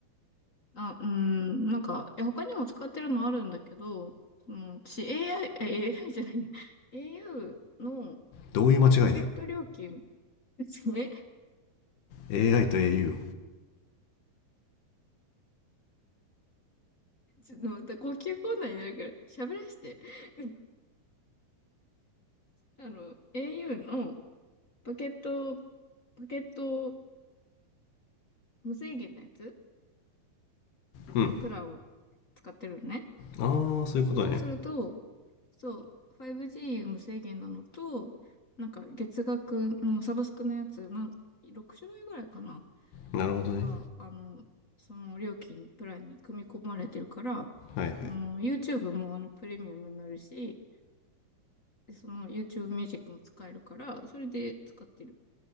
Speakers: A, on the left; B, on the left.
A: あ、うん。なんか、え、他にも使ってるのあるんだけど、その、私 AI、え、AI じゃないや、au の、
B: どういう間違いだよ
A: あの、パケット料金ですね
B: AI と au を
A: <laughs>。ちょっとまた呼吸困難になるから、喋らして。<laughs> うんあの、au の、バケット、バケット無制限のやつ
B: うん
A: のプランを使ってるのね。
B: ああそういうことね
A: で、そうすると、そう、5G 無制限なのと、なんか月額のサブスクのやつ、なん6種類ぐらいかな、
B: なるほどね
A: が、あの、その料金、プランに組み込まれてるから、あ
B: はいはい
A: の、YouTube もあのプレミアムになるし、で、その YouTube ミュージックも使えるから、それで使ってる。